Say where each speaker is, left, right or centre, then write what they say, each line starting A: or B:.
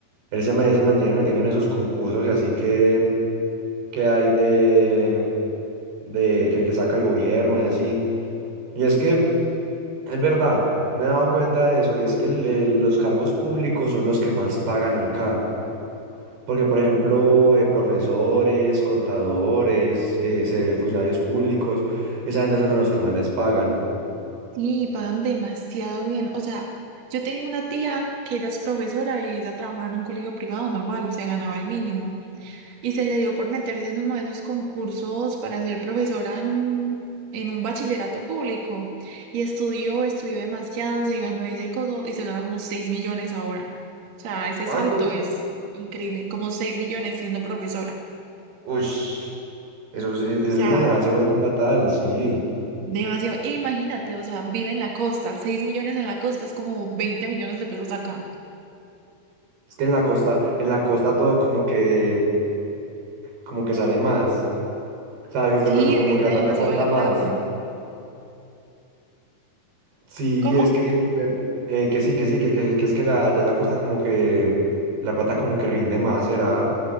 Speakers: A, on the right; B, on the right.
A: Él se, me- se mantiene metiendo en esos concursos y así que, que hay de, de que, que saca el gobierno y así. Y es que es verdad, me he dado cuenta de eso, y es que el- el- los cargos públicos son los que más pagan acá. Porque, por ejemplo, eh, profesores, contadores, eh, se- funcionarios públicos, esa gente son a los que más les pagan.
B: Sí, pagan demasiado bien. O sea, yo tengo una tía que ella es profesora y ella trabajaba en un colegio privado normal, se ganaba el mínimo. Y se le dio por meterse en uno de esos concursos para ser profesora en un, en un bachillerato público. Y estudió, estudió demasiado, se ganó ese coso y se gana como 6 millones ahora. O sea, ese
A: ¿Cuándo?
B: salto es increíble, como 6 millones siendo profesora.
A: Uy, eso es, e,
B: O
A: eso
B: sea,
A: es uno ganarse buen platal, sí.
B: demasiado. E imagínate, o sea, vive en la costa, 6 millones en la costa es como 20 millones de pesos acá.
A: Es que en la costa, en la costa todo como que, como que sale más. O sea, co-
B: Sí,
A: co- co- como
B: rinde
A: que la
B: demasiado
A: plata aguanta
B: la
A: más.
B: plata.
A: Sí,
B: ¿Cómo?
A: es que, eh, que sí, que sí, que, que, que es que la, allá en la costa como que la plata como que rinde más, será.